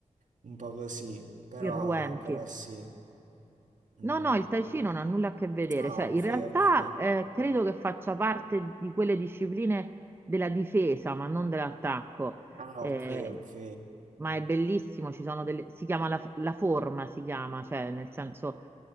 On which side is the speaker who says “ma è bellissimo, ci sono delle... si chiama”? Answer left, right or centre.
Right